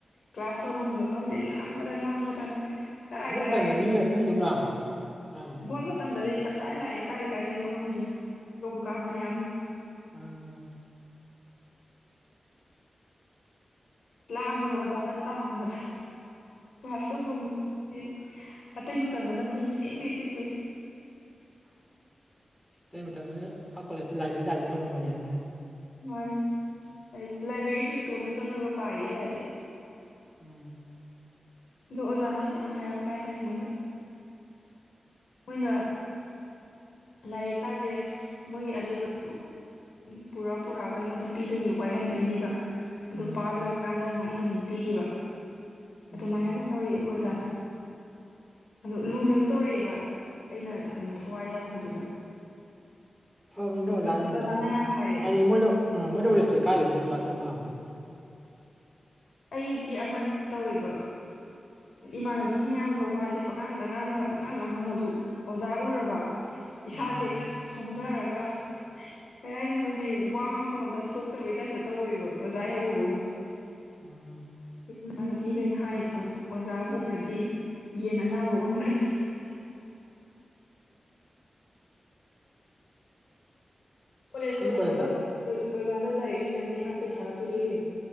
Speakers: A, on the left; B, in the centre.
A: ꯀ꯭ꯂꯥꯁ ꯇꯧꯕꯝꯒ ꯈꯪꯗꯦ ꯂꯥꯡꯕꯗ ꯂꯥꯡꯕꯗ ꯀꯔꯥꯏ
B: ꯑꯗꯨ
A: ꯀꯔꯥꯏꯗꯩꯅꯣ
B: ꯃꯇꯝꯗꯤ ꯃꯤ ꯃꯤ ꯑꯗꯨꯝ ꯂꯥꯛꯄ꯭ꯔꯥ ꯀꯥꯏꯗꯩꯅꯣ
A: ꯕꯣꯠ
B: ꯈꯪꯗꯦ
A: ꯃꯇꯝꯗꯗꯤ ꯇꯠ ꯇꯥꯏ ꯂꯥꯛꯑꯦ ꯀꯥꯏ ꯀꯥꯏꯗꯩꯅꯣ ꯈꯪꯗꯦ ꯌꯣꯡ ꯀꯥꯟ ꯃꯌꯥꯝ
B: ꯑꯝ
A: ꯂꯥꯡꯕꯗ ꯑꯣꯖꯥꯅ ꯇꯥꯟꯕꯗ ꯀ꯭ꯂꯥꯁ ꯇꯧꯕꯝꯒ ꯈꯪꯗꯦ ꯑꯇꯩ ꯃꯇꯝꯗꯅ ꯄꯨꯡ ꯆꯤꯛꯅꯤ ꯆꯤꯛꯇꯣꯏꯖꯤ
B: <inaudible> ꯇꯩ ꯃꯇꯝꯗꯗꯤ ꯏꯐꯥꯜ ꯀꯣꯂꯦꯖꯇꯨ ꯂꯥꯏꯕ꯭ꯔꯤ ꯇꯥꯏꯞꯇ ꯊꯝꯃꯝꯕꯅꯦꯕ ꯃꯣꯏꯅ
A: ꯃꯥꯅꯤ ꯂꯥꯏꯟꯂꯥꯏꯕ꯭ꯔꯤꯖꯨ ꯏꯇꯣꯝꯗ ꯆꯪꯉꯒ ꯄꯥꯏꯌꯦ ꯂꯥꯏꯔꯤꯛ
B: ꯎꯝ
A: ꯑꯗꯣ ꯑꯣꯖꯥꯅꯖꯨ ꯌꯥꯝ ꯍꯥꯏꯔꯛꯄ ꯍꯥꯏꯇꯔꯦ ꯑꯩꯉꯣꯟꯗ ꯃꯣꯏꯅ ꯂꯥꯏꯔꯤꯛꯀꯥꯖꯦ ꯃꯣꯏꯒꯤ ꯑꯔꯩꯕꯗꯣ ꯄꯨꯔꯛ ꯄꯨꯔꯛꯑꯒ ꯑꯩꯉꯣꯟꯗ ꯄꯤꯗꯣꯏꯅꯤ ꯋꯥꯏꯍꯟꯗꯣꯏꯅꯤꯕ ꯑꯗꯣ
B: ꯎꯝ
A: ꯄꯥ ꯂꯣꯏꯔꯀꯥꯟꯗ ꯃ ꯑꯩꯅ ꯑꯃꯨꯛ ꯄꯤꯒꯤꯕ
B: ꯎꯝ
A: ꯑꯗꯨꯃꯥꯏꯅꯒ ꯇꯧꯔꯛꯑꯦꯕ ꯑꯣꯖꯥ
B: <inaudible>
A: ꯑꯗꯣ ꯂꯨꯅꯖꯨ ꯇꯧꯔꯛꯑꯦꯕ ꯑꯩꯅ ꯑꯗꯨꯝ ꯊꯋꯥꯏ ꯌꯥꯎꯕꯗꯨꯗ
B: ꯐꯕꯅꯤꯗ
A: ꯑꯗꯣ
B: ꯑꯣꯖꯥꯖꯤꯡꯖꯦ
A: ꯑꯣꯖꯥꯅ
B: ꯑꯗꯨꯝ
A: ꯌꯥꯝ ꯍꯥꯏꯔꯛꯑꯦꯕ
B: ꯍꯥꯏꯗꯤ ꯃꯣꯏꯗ ꯑꯥ ꯃꯣꯏꯗ ꯔꯦꯁꯄꯦꯛ ꯀꯥꯏꯗꯗꯤ ꯑꯣꯖꯥꯗꯤ ꯑꯗꯨꯝ ꯐꯕꯅꯤ
A: ꯑꯩꯗꯤ ꯑꯃ ꯇꯧꯋꯦꯕ ꯏꯃꯥꯟꯅꯕꯤ ꯃꯌꯥꯝꯒ ꯋꯥꯖꯦ ꯄꯉꯥꯡꯗ ꯉꯥꯡꯉꯥꯒ ꯄꯪꯂꯥꯡ ꯂꯥꯡꯉꯝꯃꯖꯨ ꯑꯣꯖꯥ ꯎꯔꯕ ꯏꯁꯥꯖꯦ
B: ꯎꯝ
A: ꯍꯦꯛꯇ ꯁꯣꯟꯗꯔꯒ ꯀꯩ ꯍꯥꯏꯗꯣꯏꯅꯣ ꯋꯥ ꯉꯥꯡꯕꯒ ꯑꯝꯇ ꯊꯣꯛꯇꯕꯩ ꯇꯥꯏꯞꯇ ꯇꯧꯋꯦꯕ ꯑꯣꯖꯥ ꯍꯦꯛ ꯎꯕꯒ
B: ꯎꯝ
A: ꯏꯃꯥꯟꯅꯕꯤꯒꯩꯅ ꯍꯥꯏꯅꯦ ꯑꯣꯖꯥ ꯑꯣꯖꯥꯕꯨ ꯎꯔꯗꯤ ꯌꯦꯟ ꯑꯅꯥꯕ ꯑꯣꯟꯒ꯭ꯔꯅꯦꯅ ꯀꯣꯂꯦꯖ
B: ꯑꯩꯈꯣꯏꯁꯨ
A: ꯂꯣꯏꯔꯛꯄꯗ
B: ꯀꯣꯂꯦꯖꯇ
A: ꯑꯣꯖꯥꯅ ꯂꯥꯏꯔꯤꯛ ꯂꯩꯅꯝꯅꯤꯒ ꯄꯩꯁꯥꯒ ꯄꯤꯔꯛꯏ ꯀꯩꯅꯣ